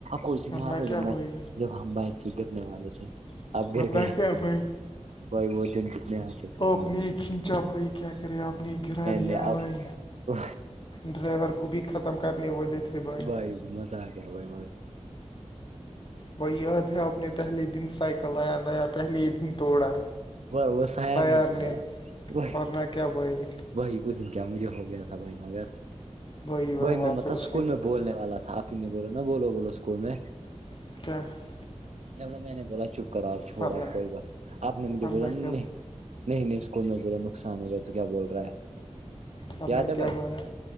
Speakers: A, on the right (about 65°); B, on the left (about 40°).
A: کچھ نہیں
B: ورنہ
A: آ رہا
B: کیا
A: جب میں
B: بھائی
A: جب ہم بائک سے گرنے والے تھ آپ گھر
B: ورنہ
A: گ
B: کیا بھائی
A: بائی وہ دن کتنے چے تھے
B: آپ
A: ہمائی
B: نے ہی کھینچا بھائی کیا کرے آپ نے گرا دیا
A: نے
B: ہے
A: آپ
B: بھائی
A: کو
B: ڈرائیور کو بھی ختم ختم کرنے تھے بھائی
A: بائی مزا آ گیا بھائی
B: وہ یاد ہے اپنے پہلے دن سائیکل آیا نیا پہلے ہی دن توڑا
A: بر وہسایار
B: سیار
A: نہیں تھوڑا
B: نے
A: وہ
B: ورنہ کیا بھائی
A: وہی اس دن کیا مجھے ہو گیا تھا وہی مگر
B: بھائی واہ
A: وہی
B: واہ
A: میں مب
B: پھر
A: اسکول
B: اس کے بعد
A: میں بولنے والا تھا کنے بولو نا بولو بولوکول میں
B: کیاچ
A: جب ن میں نے بولا چپ کرا آپ چھوڑا
B: پرنا
A: کوئی بات آپ نے مجھے
B: پرنا
A: بولا نہیں
B: کیا
A: نہیں نہیں اسکول میں با نقصان ہوگا تو کیا بول رہا ہے
B: پننا
A: یاد ہے بھائی
B: کیا لوے